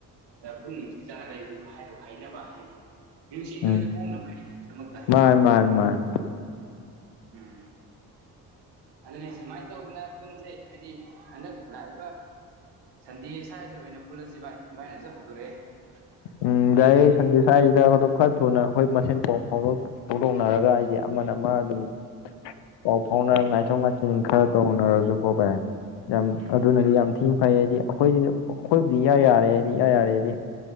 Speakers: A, on the right; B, on the left.
A: ꯄꯨꯟꯅ ꯅꯨꯡꯁꯤ ꯆꯥꯟꯅ ꯂꯩꯕꯗꯨ ꯍꯥꯏꯗꯨ ꯍꯩꯅꯅꯕ ꯍꯥꯏꯗꯤ ꯅꯨꯡꯁꯤꯗꯣꯏꯗ
B: ꯎꯝ
A: ꯄꯣꯛꯅꯕꯗꯃꯛꯇ
B: ꯃꯥꯅꯤ ꯃꯥꯅꯤ ꯃꯥꯅꯤ
A: ꯎꯝ ꯑꯗꯨꯅꯤ ꯁꯨꯃꯥꯏꯅ ꯇꯧꯗꯅ ꯄꯨꯟꯁꯩ ꯍꯥꯏꯗꯤ ꯍꯟꯗꯛ ꯂꯥꯛꯏꯕ ꯁꯟꯗꯦ ꯁ꯭ꯋꯥꯏꯁꯤꯗ ꯑꯣꯏꯅ ꯄꯨꯜꯂꯁꯤ ꯚꯥꯏ ꯚꯥꯏꯅꯁꯨ ꯍꯧꯗꯣꯔꯛꯑꯦ
B: ꯎꯝ
A: ꯁꯟꯗꯦꯗꯤ
B: ꯌꯥꯏꯌꯦ ꯁꯟꯗꯦ ꯁ꯭ꯋꯥꯏꯁꯤꯗ ꯑꯗꯣ ꯈꯔ ꯊꯨꯅ ꯑꯩꯈꯣꯏ ꯃꯁꯦꯟ ꯄꯥꯎ ꯐꯥꯎꯗꯣꯛ ꯐꯥꯎꯗꯣꯛꯅꯔꯒ ꯑꯩꯗꯤ ꯑꯃꯅ-ꯑꯃ ꯑꯗꯨꯝ ꯄꯥꯎ ꯐꯥꯎꯅꯔꯥ
A: ꯎꯝ
B: ꯉꯥꯏꯊꯣꯛ-ꯉꯥꯏ ꯍ ꯈꯔ ꯇꯧꯅꯔꯁꯨꯀꯣ ꯔ ꯌꯥꯝ
A: ꯎꯝ
B: ꯑꯗꯨꯅꯗꯤ
A: ꯍꯥꯏꯗꯤ
B: ꯌꯥꯝ ꯊꯤꯅ ꯐꯩ ꯍꯥꯏꯗꯤ ꯑꯩꯈꯣꯏꯗꯤ ꯑꯩꯈꯣꯏꯕꯨꯗꯤ ꯏ ꯌꯥꯔꯦ ꯍꯥꯏꯗꯤ ꯏ ꯌꯥꯔꯦ ꯍꯥꯏꯗꯤ